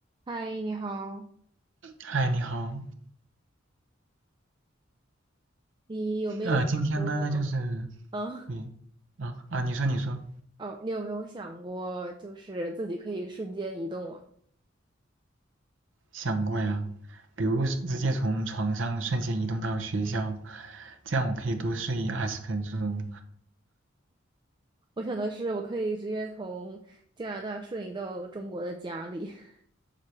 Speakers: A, on the right; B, on the right.
A: 嗨，你好。
B: 嗨，你好，
A: 你有没有想过？
B: 呃，今天呢，就是，
A: 嗯，
B: 对，啊啊，你说你说，
A: 哦，你有没有想过，就是自己可以瞬间移动啊？
B: 想过呀，比如是直接从床上瞬间移动到学校，这样我可以多睡二十分钟。
A: 我想的是，我可以直接从加拿大瞬移到中国的家里。<laughs>